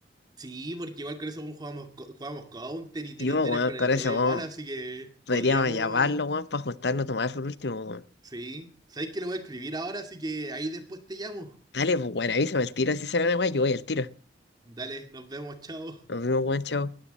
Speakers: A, on the right; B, on the left.
A: Sí, porque igual con ese weón jugamos, co- jugamos Counter y tiene
B: Yo,
A: historias
B: weón,
A: con el
B: con ese
A: dedo igual,
B: weón,
A: así que
B: podríamos
A: podríamos,
B: llamarlo, weón, para juntarnos a tomar por último, weón.
A: sí. ¿Sabéis que lo voy a escribir ahora? Así que ahí después te llamo.
B: Dale, pues, weón, avísame el tiro, si sale la weá, yo voy al tiro.
A: Dale, nos vemos, chao.
B: Nos vemos, weón, chao.